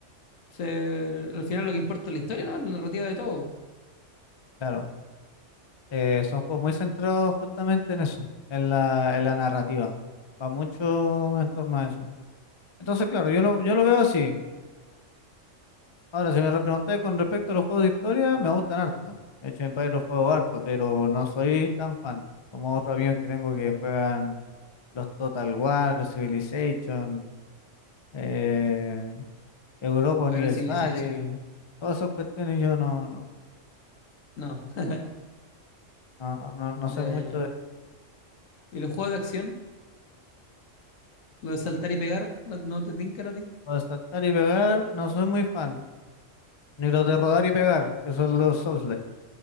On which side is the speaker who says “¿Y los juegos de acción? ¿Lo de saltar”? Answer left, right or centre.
Left